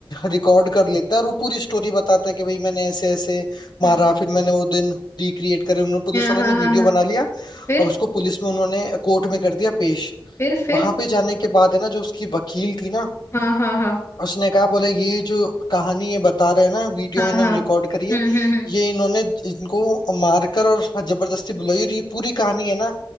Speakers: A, on the left; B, on the left.
A: रिकॉर्ड कर लेते हैं और वो पूरी स्टोरी बताता है कि भाई मैंने ऐसे ऐसे मारा
B: हम्म
A: फिर मैंने वो दिन रिक्रिएट करे उन्होंने पुलिस
B: हम्म,
A: वालों
B: हाँ
A: ने वीडियो
B: हाँ हाँ हाँ
A: बना लिया
B: फिर
A: और उसको पुलिस में उन्होंने कोर्ट में कर दिया पेश
B: फिर फिर
A: वहां पे जाने के बाद है ना जो उसकी वकील थी ना
B: हाँ हाँ हाँ
A: उसने कहा बोले ये जो कहानी ये बता रहे हैं ना वीडियो
B: हाँ
A: में इन्होंने
B: हाँ
A: रिकॉर्ड करी
B: हम्म
A: है
B: हम्म हम्म
A: ये इन्होंने इनको मारकर और जबरदस्ती बुलाई और ये पूरी कहानी है ना